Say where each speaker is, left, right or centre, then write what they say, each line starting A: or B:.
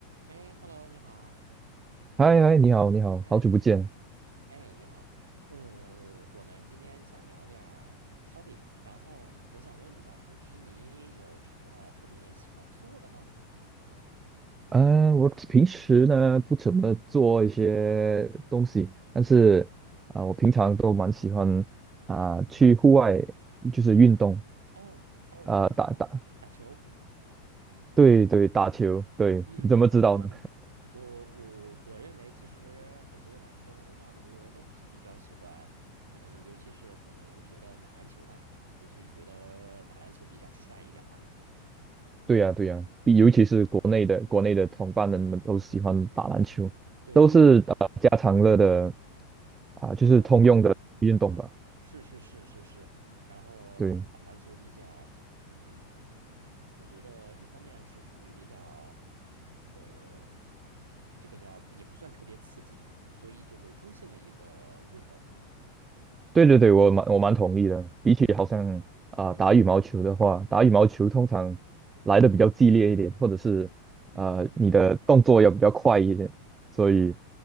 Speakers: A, on the right; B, on the right.
A: 哎，Hello，你好。
B: 嗨嗨，你好，你好，
A: 哎，
B: 好久不见。
A: 你好。哎，你好。嗯，我们今天想聊点儿 hobby，然后我想问一下，平时你有什么特别喜欢做的吗？
B: 啊、我平时呢不怎么做一些东西，但是啊、我平常都蛮喜欢啊、去户外就是运动
A: 哦哦，
B: 啊、打打，
A: 打球。
B: 对对，打球，对，
A: 嗯，
B: 你怎么知道呢？
A: 好像我我我认为，其实很多男生差不多都喜比较喜欢，嗯，尤其是可能觉得打篮球吧，尤其觉得打篮球比较帅一点吧。
B: 对呀、对呀、比尤其是国内的国内的同伴们都喜欢打篮球，
A: 嗯嗯，嗯对对对。
B: 都是呃家常乐的啊、就是通用的运动吧。
A: 哦。啊，是是是是是，然后打篮球比较，
B: 对，
A: 嗯，我觉得一方面是属于比较，呃，这个叫也不算特别刺激吧，所以就是中性的一个运动。
B: 对对对，我蛮我蛮同意的。
A: 嗯嗯
B: 比起好像啊、
A: 嗯嗯
B: 打羽毛球的话，打羽毛球通常来的比较激烈一点，或者是啊你的动作要比较快一点，
A: 嗯，
B: 所以
A: 对